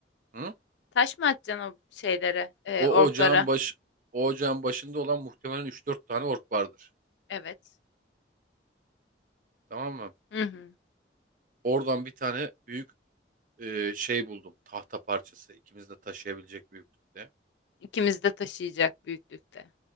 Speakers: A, on the right; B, on the left.
A: Hı?
B: Taş mı atacaksın o şeylere, e,
A: O
B: orklara?
A: ocağın baş, o ocağın başında olan muhtemelen üç dört tane ork vardır.
B: Evet.
A: Tamam mı?
B: Hı hı.
A: Oradan bir tane büyük e, şey buldum. Tahta parçası ikimiz de taşıyabilecek büyüklükte.
B: İkimiz de taşıyacak büyüklükte.